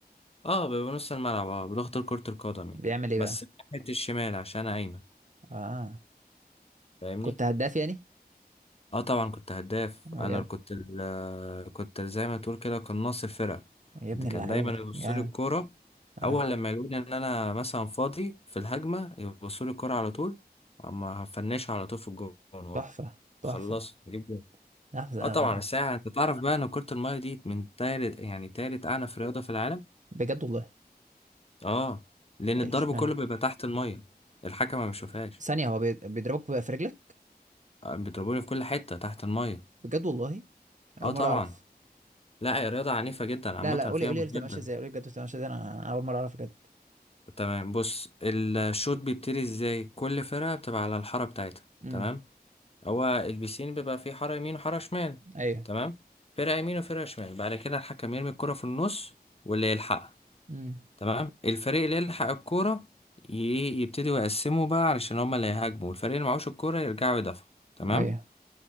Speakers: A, on the left; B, on the right.
A: اه بيبقى نص الملعب اه بلغة كرة القدم يعني
B: بيعمل ايه
A: بس
B: بقى
A: ناحية الشمال عشان انا ايمن
B: اه
A: فاهمني
B: كنت هداف يعني
A: اه طبعا كنت هداف
B: بجد
A: انا اللي كنت ال كنت زي ما تقول كده قناص الفرقه
B: يا ابن
A: ده
B: اللعيبة
A: كان دايما يبص
B: جامد
A: لي الكوره
B: اه
A: اول لما يلاقوني ان انا مثلا فاضي في الهجمه يبصوا لي الكوره على طول اما هفنشها على طول في الجون
B: تحفة تحفة
A: وخلص نجيب جون
B: تحفة
A: اه
B: آه.
A: طبعا بس يعني انت تعرف بقى ان كره الميه دي من تالت يعني تالت اعنف رياضه في العالم
B: بجد والله
A: اه لان الضرب
B: ايش معنى
A: كله بيبقى تحت الميه الحكم ما بيشوفهاش
B: ثانية هو بي- بيضربك في رجلك
A: آه، بيضربوني في كل حته تحت الميه
B: بجد والله
A: اه
B: اول
A: طبعا
B: مرة اعرف
A: لا هي رياضة عنيفة جدا عامة
B: لا لا قولي
A: فيها
B: قولي
A: مجهد
B: اللي بتبقى ماشية ازاي قولي بجد بتبقى ماشية ازاي انا أنا اول مرة اعرف بجد
A: تمام بص الشوط بيبتدي ازاي كل فرقة بتبقى على الحارة بتاعتها
B: امم
A: تمام هو البيسين بيبقى فيه حارة يمين وحارة شمال
B: ايوه
A: تمام فرقة يمين وفرقة شمال بعد كده الحكم يرمي الكرة في النص واللي يلحقها
B: امم
A: تمام الفريق اللي يلحق الكرة ي- يبتدي يقسموا بقى علشان هما اللي هيهاجموا والفريق اللي معهوش الكرة يرجعوا يدافعوا تمام
B: ايوه